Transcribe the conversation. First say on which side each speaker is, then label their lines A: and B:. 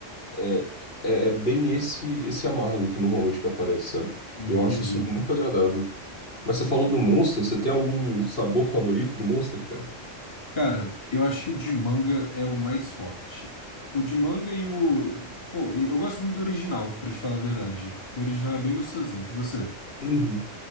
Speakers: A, on the left; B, on the left.
A: É, é, é bem esse esse amargo que normalmente que aparece, sabe?
B: Hum,
A: Eu
B: Entendi.
A: acho isso muito agradável. Mas você falou do Monster, você tem algum sabor favorito de Monster, cara?
B: Cara, eu acho que o de manga é o mais forte. O de manga e o. Pô, eu gosto muito do original, pra te falar a verdade. O original é bem gostosinho. E Você?
A: Uhum.